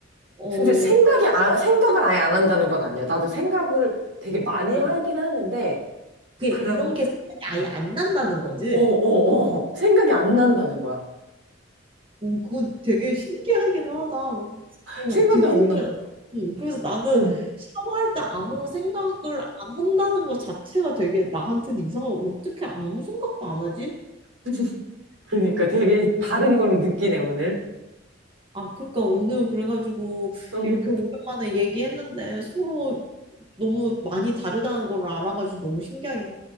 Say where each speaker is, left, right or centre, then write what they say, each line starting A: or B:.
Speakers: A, on the right; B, on the right.
A: 어,
B: 근데 생각이, 아, 생각을 아예 안 한다는 건 아니야. 나도 생각을 되게 많이
A: 어,
B: 하긴 하는데,
A: 그게
B: 그런,
A: 이런 게 생각이 아예
B: 어,
A: 안 난다는 거지?
B: 어, 어, 생각이 안 난다는 거야.
A: 오, 그거 되게 신기하긴 하다. 어,
B: 생각이
A: 되게
B: 안
A: 신기하다.
B: 나.
A: 응, 그래서 나는
B: 어.
A: 샤워할 때 아무 생각을 안 한다는 것 자체가 되게 나한테는 이상하고 어떻게 아무 생각도 안 하지?
B: <laughs> 그러니까 되게 다른 걸로 느끼네, 오늘.
A: 아, 그러니까 오늘 그래가지고
B: 응.
A: 이렇게 오랜만에 얘기했는데 서로 너무 많이 다르다는 걸 알아가지고 너무 신기하긴 하